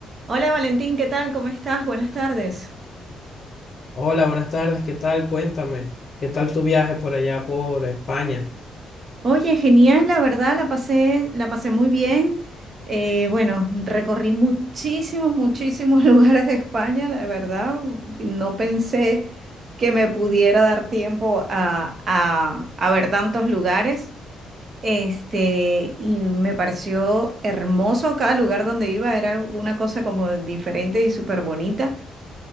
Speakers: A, on the right; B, on the left.
A: Hola Valentín, ¿qué tal? ¿Cómo estás? Buenas tardes.
B: Hola, buenas tardes, ¿qué tal? Cuéntame, ¿qué tal tu viaje por allá por España?
A: Oye, genial, la verdad, la pasé, la pasé muy bien. Eh, bueno, recorrí muchísimos, muchísimos <laughs> lugares de España, la verdad. No pensé que me pudiera dar tiempo a, a- a ver tantos lugares. Este, y me pareció hermoso cada lugar donde iba, era una cosa como diferente y súper bonita.